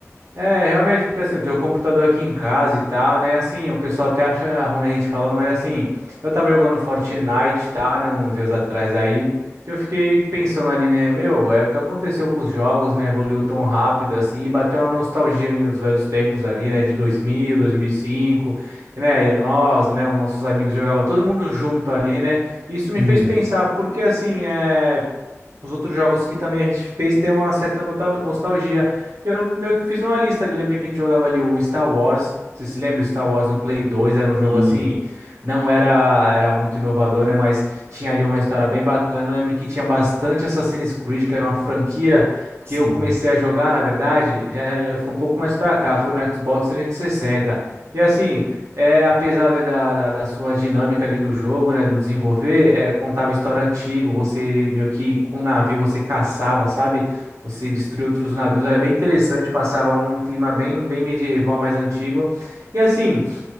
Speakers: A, on the right; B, on the right.
A: É, realmente, porque assim, eu tenho o computador aqui em casa e tal, né? Assim, o pessoal até acha ruim a gente falando, mas assim, eu tava jogando Fortnite e tal, né? Uns dias atrás aí. Eu fiquei pensando ali, né? Meu, é o que aconteceu com os jogos, né? Evoluiu tão rápido assim, e bateu uma nostalgia ali dos velhos tempos ali, né? De 2000, 2005, e, cinco, e, né? e Nós, né? Os nossos amigos jogavam todo mundo junto ali, né? Isso
B: Sim,
A: me fez pensar, porque assim, é. Os outros jogos que também a gente fez tem uma certa nota- nostalgia. E eu meio que fiz uma lista ali. Eu lembro que a gente jogava ali o Star Wars. Você se lembra? O Star Wars no Play 2 era um jogo
B: sim,
A: assim, não era era muito inovador, né? Mas tinha ali uma história bem bacana. Eu lembro que tinha bastante Assassin's Creed, que era uma franquia
B: sim.
A: que eu comecei a jogar, na verdade, já, já foi um pouco mais pra cá, foi no Xbox trezentos e sessenta E assim, é, apesar né, da, da, da sua dinâmica ali do jogo, né, do desenvolver, é, contava história antiga, você meio que com um navio você caçava, sabe? Você destruía outros navios, era bem interessante, passava um clima bem, bem medieval, mais antigo. E assim,